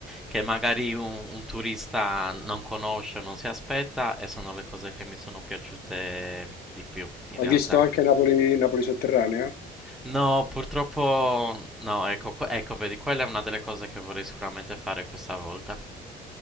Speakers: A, in the centre; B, on the left.
A: che magari un, un turista non conosce, non si aspetta, e sono le cose che mi sono piaciute di più, in
B: hai
A: realtà.
B: visto anche Napoli, Napoli sotterranea?
A: No, purtroppo no, ecco, que- ecco, vedi, quella è una delle cose che vorrei sicuramente fare questa volta.